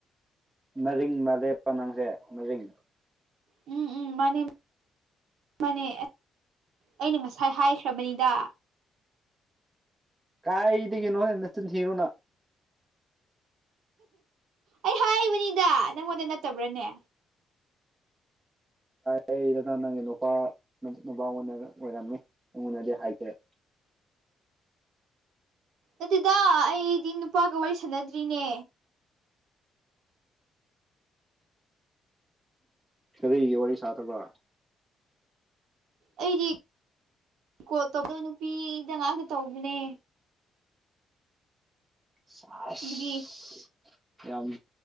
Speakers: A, on the right (about 20°); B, on the right (about 80°).
A: ꯃꯔꯤꯡ ꯃꯥꯂꯦ ꯄ ꯅꯪꯁꯦ ꯃꯔꯤꯡ
B: ꯎꯝ ꯎꯝ ꯃꯥꯅꯦ ꯃꯥꯅꯦ ꯑꯩꯅ ꯉꯁꯥꯏ ꯍꯥꯏꯈ꯭ꯔꯕꯅꯤꯗ
A: ꯀꯥꯏꯗꯒꯤꯅꯣꯍꯦ ꯅꯆꯤꯟ ꯊꯤꯕ ꯅꯪ
B: ꯑꯩ ꯍꯥꯏꯕꯅꯤꯗ ꯅꯪꯉꯣꯟꯗ ꯅꯠꯇꯕ꯭ꯔꯅꯦ
A: ꯀꯥꯏꯗꯅ ꯅꯪꯒꯤ ꯅꯨꯄꯥ ꯅꯨꯄꯥ ꯑꯣꯏꯅ ꯑꯣꯏꯔꯝꯃꯤ ꯑꯩꯉꯣꯟꯗꯗꯤ ꯍꯥꯏꯗꯦ
B: ꯑꯗꯨꯗꯣ ꯑꯩꯗꯤ ꯅꯨꯄꯥꯒ ꯋꯥꯔꯤ ꯁꯥꯟꯅꯗ꯭ꯔꯤꯅꯦ
A: ꯀꯔꯤꯒꯤ ꯋꯥꯔꯤ ꯁꯥꯗꯕ
B: ꯑꯩꯗꯤ ꯀꯣꯜ ꯇꯧꯕꯗꯣ ꯅꯨꯄꯤꯗ ꯉꯥꯛꯇ ꯇꯧꯕꯅꯦ
A: <unintelligible>
B: ꯑꯗꯨꯒꯤ
A: ꯌꯥꯝ